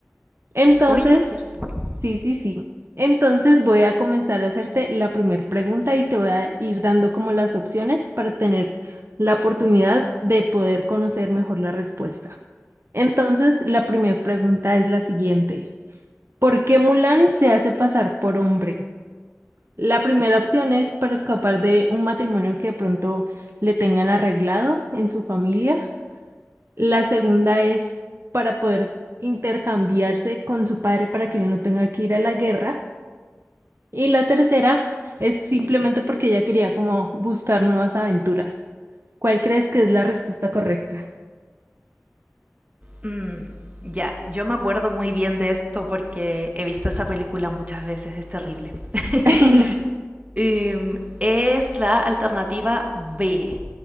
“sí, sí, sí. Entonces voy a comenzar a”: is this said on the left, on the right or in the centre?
Right